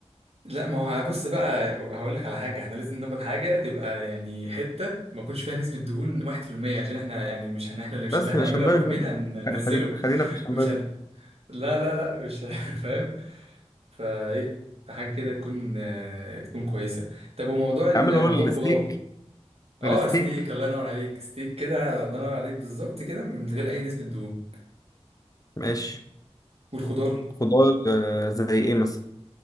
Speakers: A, on the right; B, on the left.
A: لا ما هو بص بقى هقول لك على حاجة احنا لازم ناخد حاجة تبقى يعني حتة ما يكونش فيها نسبة دهون 1% عشان احنا يعني مش هن احنا اللي مش
B: بس
A: اللي هنعمله
B: يبقى شمبري
A: يا ابو حميد
B: بقى يعني
A: هننزله
B: خ- خلي- خلينا في الشمبري
A: مش هن... لا لا لا مش <laughs> فاهم فايه فحاجة كده تكون آه، تكون كويسة طب وموضوع ال-
B: اعمل هو
A: موضوع
B: الستيك
A: الخضار اه
B: الستيك
A: ستيك الله ينور عليك ستيك كده الله ينور عليك بالظبط كده من غير اي نسبة دهون
B: ماشي
A: والخضار
B: خضار آه زي ايه مثلا